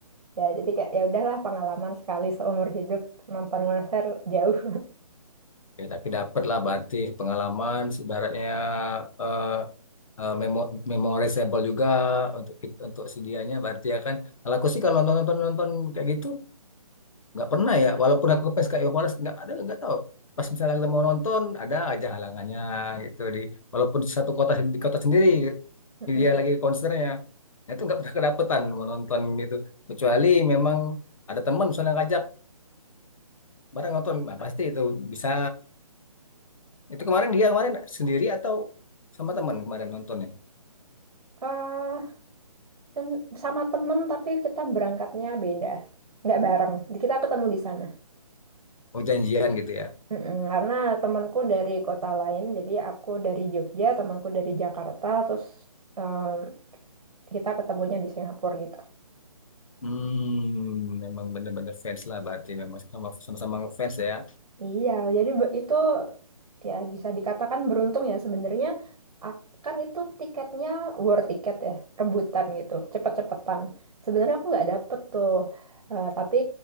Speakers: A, on the right; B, on the left.
A: ya jadi kayak ya udahlah pengalaman sekali seumur hidup nonton konser jauh
B: ya tapi dapat lah berarti pengalaman sebaratnya eh eh, memo- memorizable juga untuk kit- untuk si dianya berarti ya kan. Kalau aku sih kalau nonton-nonton kayak gitu nggak pernah ya walaupun aku ke PSKI Forest nggak ada nggak tahu pas misalnya kita mau nonton ada aja halangannya gitu di walaupun di satu kota di kota sendiri
A: Mm-mm.
B: dia lagi konsernya nah, itu nggak pernah kedapetan mau nonton gitu kecuali memang ada teman misalnya ngajak bareng nonton nah, pasti itu bisa itu kemarin dia kemarin sendiri atau sama teman kemarin nontonnya
A: Eh, dan sama temen tapi kita berangkatnya beda nggak bareng Jadi kita ketemu di sana
B: mau janjian gitu ya
A: Mm-mm, karena temanku dari kota lain jadi aku dari Jogja temanku dari Jakarta terus em, kita ketemunya di Singapura gitu
B: hmm memang bener-bener fans lah berarti memang sama sama-sama ngefans ya
A: Iya, jadi be- itu ya bisa dikatakan beruntung ya sebenarnya ak- kan itu tiketnya war tiket ya, rebutan gitu, cepet-cepetan. Sebenarnya aku nggak dapet tuh, Eh, tapi